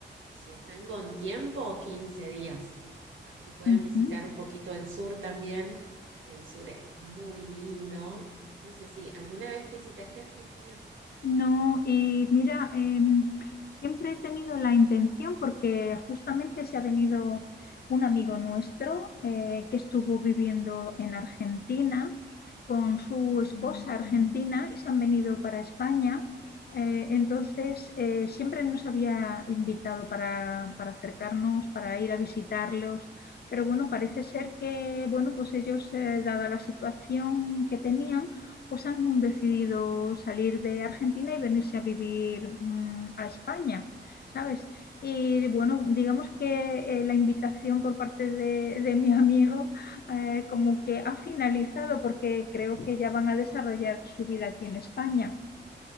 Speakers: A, on the right; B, on the left.
A: si están con tiempo, 15 días. Así pueden
B: Ujú.
A: visitar un poquito el sur también, que el sur es muy lindo. No sé si alguna vez visitaste Argentina.
B: No, y mira, em, siempre he tenido la intención, porque justamente se ha venido un amigo nuestro eh, que estuvo viviendo en Argentina con su esposa argentina y se han venido para España. Eh, entonces, eh, siempre nos había invitado para, para acercarnos, para ir a visitarlos, pero bueno, parece ser que, bueno, pues ellos, eh, dada la situación que tenían, pues han decidido salir de Argentina y venirse a vivir mm, a España, ¿sabes? Y bueno, digamos que eh, la invitación por parte de, de mi amigo eh, como que ha finalizado porque creo que ya van a desarrollar su vida aquí en España.